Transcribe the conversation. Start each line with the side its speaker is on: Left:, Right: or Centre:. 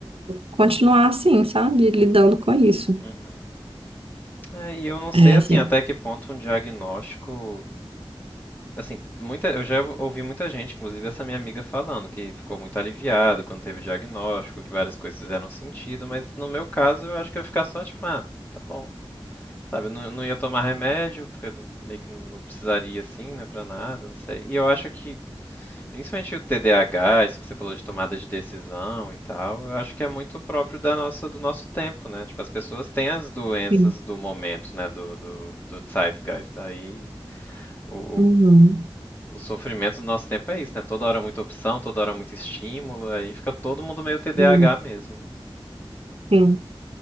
Right: continuar assim, sabe? Lidando com isso.
Left: Uhum. É, e eu não sei
Right: É,
Left: assim
Right: assim.
Left: até que ponto um diagnóstico, assim, muita, eu já ouvi muita gente, inclusive essa minha amiga falando que ficou muito aliviado quando teve o diagnóstico, que várias coisas fizeram sentido, mas no meu caso eu acho que eu ia ficar só tipo, ah, tá bom. Sabe, eu não, não ia tomar remédio, porque eu meio que não precisaria assim, né, pra nada, não sei. E eu acho que, principalmente o TDAH, isso que você falou de tomada de decisão e tal, eu acho que é muito próprio da nossa, do nosso tempo, né? Tipo, as pessoas têm as doenças
Right: Sim.
Left: do momento, né, do, do, do zeitgeist aí. O, o,
Right: Uhum.
Left: o sofrimento do nosso tempo é isso, né? Toda hora muita opção, toda hora muito estímulo, aí fica todo mundo meio TDAH
Right: É,
Left: mesmo. né?
Right: sim.